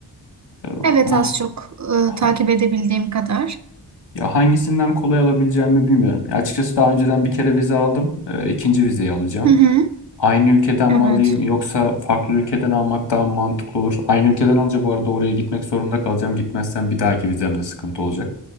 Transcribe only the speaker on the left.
E,
ama
ha-
ya hangisinden kolay alabileceğimi bilmiyorum. Ya açıkçası daha önceden bir kere vize aldım, e, ikinci vizeyi alacağım.
Aynı ülkeden
mi alayım yoksa farklı ülkeden almak daha mı mantıklı olur? Aynı ülkeden alınca bu arada oraya gitmek zorunda kalacağım. Gitmezsem bir dahaki vizemde sıkıntı olacak.